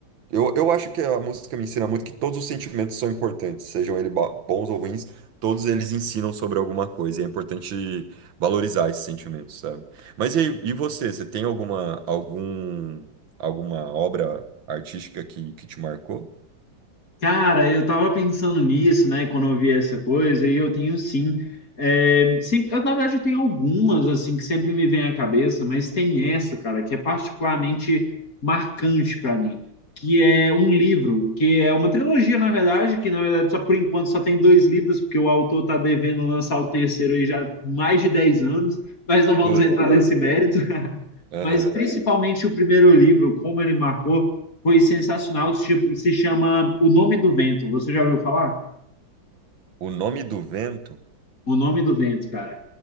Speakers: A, on the right; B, on the left.
A: eu, eu acho que a música me ensina muito que todos os sentimentos são importantes, sejam eles ba- bons ou ruins, todos eles ensinam sobre alguma coisa, e é importante valorizar esses sentimentos, sabe? Mas e, aí, e você, você tem alguma, algum, alguma obra artística que, que te marcou?
B: Cara, eu tava pensando nisso, né, quando eu vi essa coisa, e eu tenho sim. É, sim, eu, na verdade, eu tenho algumas, assim, que sempre me vêm à cabeça, mas tem essa, cara, que é particularmente marcante para mim, que é um livro, que é uma trilogia, na verdade, que, na verdade, só por enquanto só tem dois livros, porque o autor tá devendo lançar o terceiro aí já há mais de 10 anos, mas não vamos
A: Putz,
B: entrar nesse mérito
A: aham.
B: mas principalmente o primeiro livro, como ele marcou, foi sensacional. Se chama O Nome do Vento. Você já ouviu falar?
A: O Nome do Vento?
B: O Nome do Vento, cara.